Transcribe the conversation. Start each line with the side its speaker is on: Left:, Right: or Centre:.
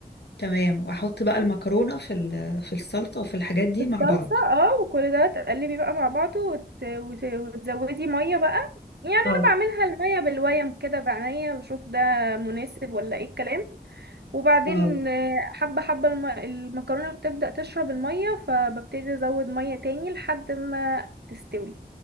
Left: تمام واحط بقى المكرونه في ال- في السلطه وفي الحاجات دي
Right: الصلصة
Left: مع بعض
Right: اه وكل ده تقلبي بقى مع بعضه وت... وت... وتزودي مية بقى يعني انا
Left: اه
Right: بعملها المية بالويم كده بعناية بشوف ده مناسب ولا ايه الكلام وبعدين
Left: اه
Right: آه، حبة حبة الم- المكرونة بتبدأ تشرب المية فببتدي أزود مية تاني لحد ما تستوي